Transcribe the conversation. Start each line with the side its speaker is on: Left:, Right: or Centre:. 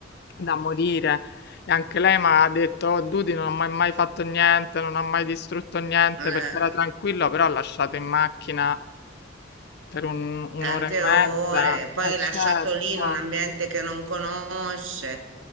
Left: da morire. E anche lei mi ha detto, oh, Dudi non ha mai mai fatto niente, non ha mai distrutto niente
Right: Eh.
Left: perché era tranquillo, però ha lasciato in macchina per un- un'ora
Right: Tante
Left: e mezza.
Right: ore,
Left: Eh
Right: poi
Left: certo,
Right: lasciato lì in un ambiente che non conosce